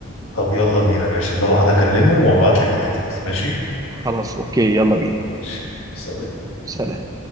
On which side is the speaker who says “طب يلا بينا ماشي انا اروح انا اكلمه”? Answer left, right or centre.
Left